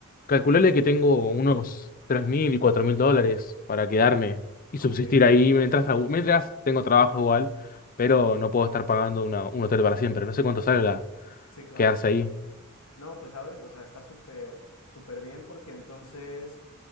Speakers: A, on the left; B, on the left.
A: Calcularle
B: Ujú.
A: que tengo unos 3.000 y 4.000 dólares para quedarme y
B: Ok,
A: subsistir ahí mientras, trabu- mientras tengo trabajo igual, pero no puedo estar pagando una- un hotel para siempre. No sé cuánto salga
B: sí, claro.
A: quedarse ahí.
B: No, pues sabes, o sea, está súper, súper bien porque entonces